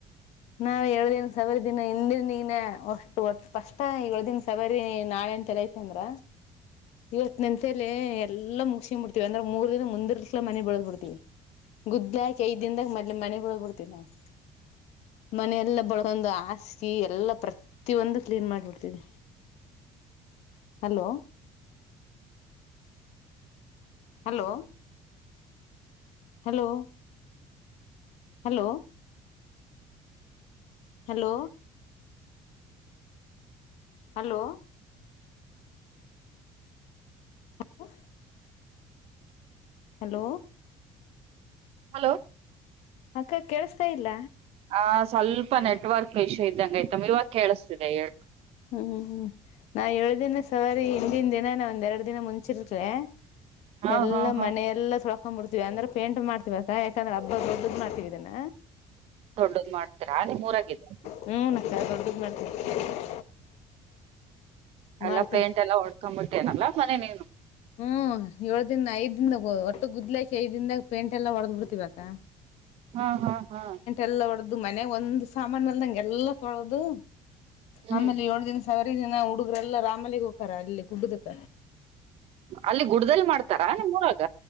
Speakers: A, on the left; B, on the right.
A: ನಾವ್ ಏಳ ದೀನ್ ಸವಾರಿ ದಿನ ಹಿಂದಿನ ದಿನ ಒಷ್ಟು ಕಷ್ಟ ಏಳ ದೀನ್ ಸವಾರಿ ನಾಳೆಂತ ಐತಂದ್ರ ಇವತ್ ನೆಂತಲಿ ಎಲ್ಲಾ ಮುಗಸ್ಕೊಂಡ ಬಿಡ್ತೀವಿ ಅಂದ್ರೆ ಮೂರ್ ದಿನ ಮುಂದಿರ್ಸ್ಲ ಮನೆ ಬಳದ್ ಬಿಡ್ತಿವಿ.
B: <inaudible>
A: ಗುದ್ದಿ ಹಾಕಿ ಐದ ದಿನದಾಗ ಮೊದ್ಲಿ ಮನೆಗಳ ಬಿಡ್ತೀವಿ ನಾವು ಮನೆಯ ಎಲ್ಲ ಬಳೊಂದು ಹಾಸಿಗಿ ಎಲ್ಲಾ ಪ್ರತಿಯೊಂದು clean ಮಾಡಿಬಿಡ್ತೇವ್ರಿ.
B: <unintelligible>
A: Hello. Hello hello hello. Hello hello. Hello. Hello.
B: Hello.
A: ಅಕ್ಕಾ ಕೇಳಸ್ತಾ ಇಲ್ಲ?
B: ಆ ಸ್ವಲ್ಪ ನೆಟ್ವರ್ಕ್ ಇಶ್ಯೂ ಇದ್ದಂಗ ಆಯ್ತಮ್ಮ ಇವಾಗ ಕೇಳಿಸ್ತಿದೆ ಹೇಳು
A: ಹ್ಮ್ ನಾ ಹೇಳ್ದೇನೆ ಸರಿ ಹಿಂದಿನ ದಿನ ನ ಒಂದ್ ಎರಡು ದಿನ ಮುಂಚೆನೆ
B: ಹಾ
A: ಎಲ್ಲಾ
B: ಹಾ ಹಾ
A: ಮನೆ ಎಲ್ಲ ತೊಳ್ಕೊಂಡ್ ಹಾಕೊಂಡ್ಬಿಡ್ತಿವಿ ಅಂದ್ರೆ ಪೇಂಟ್ ಮಾಡ್ತತಿವಾ ಯಾಕಂದ್ರ ಹಬ್ಬ ದೊಡ್ಡದ ಮಾಡ್ತವಿ ಇದನ್ನ
B: ದೊಡ್ಡದು ಮಾಡ್ತಿರಾ ನಿಮ್ಮ ಊರಾಗಿದ್ದ
A: ಹೂ ನ ಅಕ್ಕಾ ದೊಡ್ಡದ ಮಾಡ್ತೇವಿ.
B: ಎಲ್ಲ
A: ಮಾಡ್ತೇವಿ
B: ಪೇಂಟ್ ಎಲ್ಲ ಹೊಡ್ಕೊಂಡ್ಂಬಿಟ್ಟೇನಲ್ಲಾ ಮನೆ ನೀನು.
A: ಹ್ಮ್ ಏಳು ದಿನ ಐದ ದನ್ದಾಗ ಒಟ್ಟು ಗುದ್ಲಿಕ ಐದ ದನ್ದಾಗ ಪೇಂಟ್ ಎಲ್ಲ ಹೊಡೆದ್ ಬಿಡ್ತಿವಾ ಅಕ್ಕಾ.
B: ಹಾ ಹಾ ಹಾ.
A: ಎಲ್ಲ ಹೊಡೆದ ಮನೆ ಒಂದು್ ಸಾಮಾನ ಅಲ್ಲ ನಂಗೆ ಎಲ್ಲ ತೊಳದು.
B: ಹ್ಮ್
A: ಆಮೇಲೆ ಏಳು ದಿನ ಸವ ದಿನ ಹುಡುಗ್ರಲ್ಲ ರಾಮಲ್ಲಿಗ್ ಹೋಗಕಾರ ಅಲ್ಲಿ ಗುಡ್ಡದಕ.
B: ಅಲ್ಲಿ ಗುಡ್ದದಲ್ಲಿ ಮಾಡ್ತಾರಾ ನಿಮ್ಮ ಮೂರಾಗ.